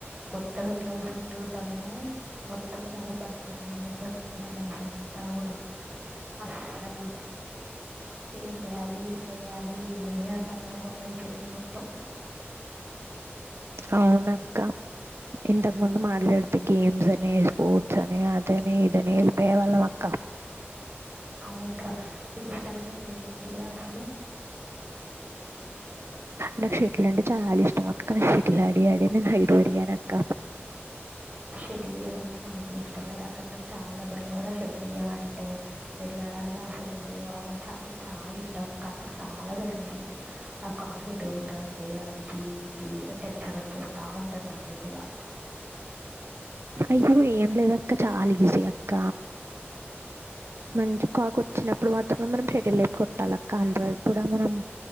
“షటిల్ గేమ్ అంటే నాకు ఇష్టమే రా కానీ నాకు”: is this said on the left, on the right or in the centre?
Right